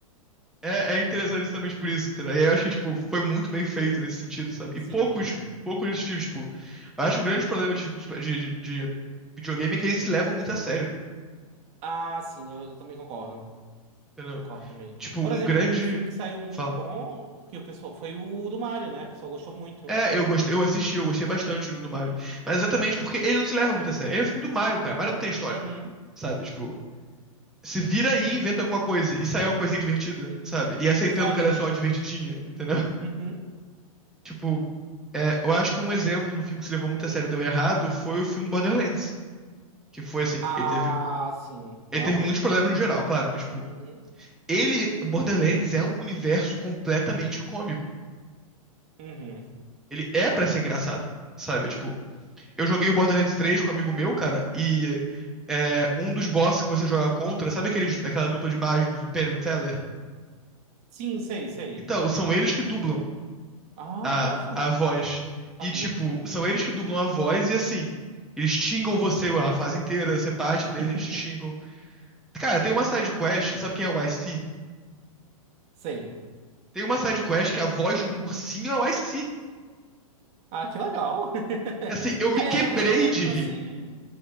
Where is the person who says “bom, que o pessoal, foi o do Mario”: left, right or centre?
Right